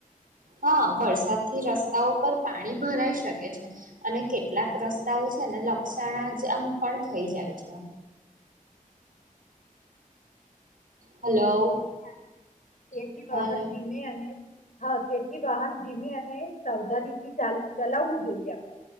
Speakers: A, on the right; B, on the left.
A: હા વરસાદથી રસ્તાઓ પર પાણી ભરાઈ શકે છે, અને કેટલાક રસ્તાઓ. છે, ને લપક્ષણા જ આમ પણ થઈ જાય છે.
B: ન
A: હલો
B: થાય. તેથી બહાર
A: હલો
B: ધીમે અને. હા તેથી વાહન <unintelligible> અને સાવધાની થી ચલાવવું જોઈએ આપણે.